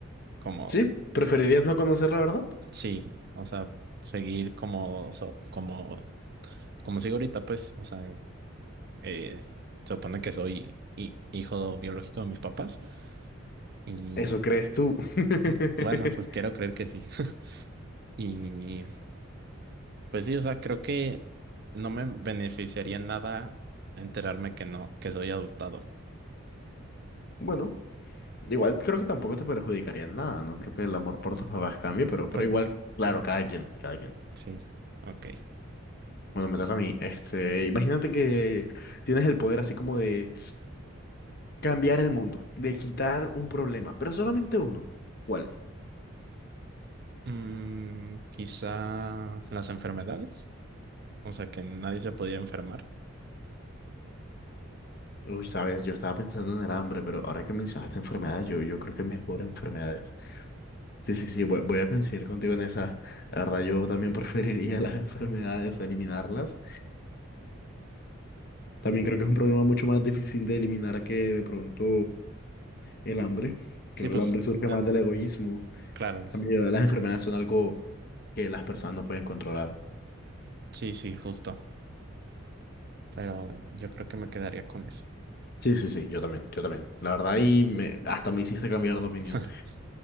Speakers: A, on the right (about 50°); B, on the left (about 45°).
A: como,
B: Sí, ¿preferirías no conocer la verdad?
A: sí, o sea, seguir como, so- como, como sigo ahorita pues, o sea, eh, se supone que soy hi- hijo biológico de mis papás. Y
B: Eso crees tú. <laughs>
A: bueno, pues quiero creer que sí. <laughs> Y pues sí, o sea, creo que no me beneficiaría en nada enterarme que no, que soy adoptado.
B: Bueno. Igual creo que tampoco te perjudicaría en nada, no creo que el amor por tus papás cambie, pero, pero
A: Pues
B: igual, claro,
A: mm,
B: cada quien, cada quien.
A: sí, ok.
B: Bueno, me toca a mí. Este, imagínate que tienes el poder así como de cambiar el mundo, de quitar un problema, pero solamente uno. ¿Cuál?
A: Mm, quizá las enfermedades, o sea, que nadie se podía enfermar.
B: Uy, sabes, yo estaba pensando en el hambre, pero ahora que mencionaste enfermedades, yo, yo creo que mejor enfermedades. Sí, sí, sí, voy, voy a coincidir contigo en esa. La verdad, yo también <laughs> preferiría las enfermedades, eliminarlas. También creo que es un problema mucho más difícil de eliminar que de pronto El hambre. Creo
A: Sí, pues
B: que el hambre surge
A: eh,
B: más del egoísmo.
A: claro,
B: En cambio, las enfermedades son algo que las personas no pueden controlar.
A: sí, sí, justo. Pero yo creo que me quedaría con eso.
B: Sí, sí, sí, yo también, yo también. La verdad, ahí me, hasta me hiciste cambiar de opinión.
A: <laughs>